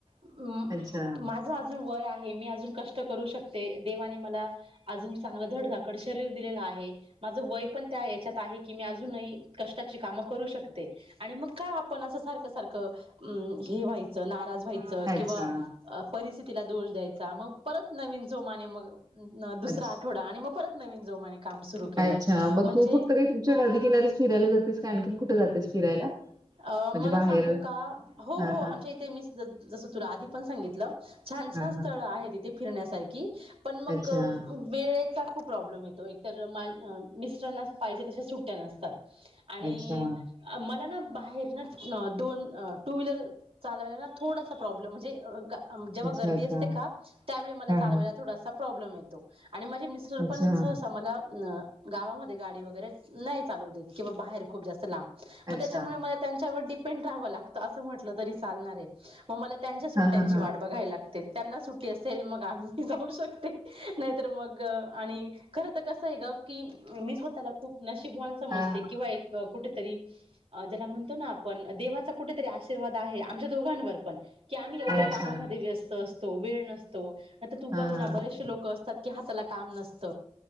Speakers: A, on the right; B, on the right.
A: म
B: अच्छा,
A: माझं आज- अजून वय आहे, मी अजून कष्ट करू शकते देवाने मला- अजून चांगलं धडधाकड शरीर दिलेलं आहे. माझ वय पण त्या हाच्यात आहे की मी अजूनही कष्टाची कामं करू शकते. आणि मग का आपण असं सारखं सारखं अं हे व्हायचं नाराज व्हायचं
B: अच्छा,
A: किंवा - परिस्थितीला दोष द्यायचा. मग परत नवीन जोमाने मग दुसरा
B: अच्छ
A: - थोडा आणि मग परत नवीन जोमाने. काम सुरू- केलं
B: अच्छा मग
A: म्हणजे
B: तू फक्त काही तुमच्या नदी किनारीस फिरायला जातेस का आणखीन कुठे जातेस फिरायला?
A: अ
B: म्हणजे
A: मला
B: बाहेर
A: सांगू का हो - हो
B: हां,
A: हो आमच्या
B: हां.
A: इथे मी जस तुला आधी पण सांगितलं छान
B: हां,
A: छान स्थळ
B: हां.
A: आहे इथे फिरण्यासारखी पण मग
B: अच्छा,
A: वेळेचा खूप प्रॉब्लेम येतो एकतर मिस्टरांना पाहिजे तश्या सुट्ट्या नसतात. आणि
B: अच्छा,
A: मला ना बाहेर ना दोन ह टू व्हीलर चालवायला ना थोडासा प्रॉब्लेम म्हणजे ग- जेव्हा
B: अच्छा,
A: गर्दी
B: अच्छा.
A: असते का त्यावेळी मला
B: हां,
A: चालायला
B: हां.
A: थोडा प्रॉब्लेम येतो आणि माझे मिस <unintelligible>
B: अच्छा,
A: मला गावामध्ये गाडी वगैरे नाही चालू देत किंवा बाहेर खूप जास्त लांब. मग
B: अच्छा.
A: त्याच्यामुळे मला त्यांच्यावर डिपेंड राहव लागत अस म्हटलं तरी चालणार आहे. मग मला त्यांच्या सुट्ट्यांची
B: हां, हां, हां.
A: वाट बघायला लागते त्यांना सुट्टी असेल मग आम्ही - जाऊ शकते नाहीतर मग आणि खरं तर कसं आहे ग की मी स्वतःला खूप - नशिबवान समजते
B: हां, हां.
A: किंवा एक कुठेतरी ज्याला म्हणतो ना आपण देवाचा - कुठतरी आशीर्वाद आहे आमच्या दोघांवर पण की आम्ही एवढ्या
B: अच्छा
A: कामा व्यस्त असतो. वेळ नसतो आता तू
B: हा
A: बघ
B: हा
A: ना बरेचसे लोक असतात की हाताला काम नसत.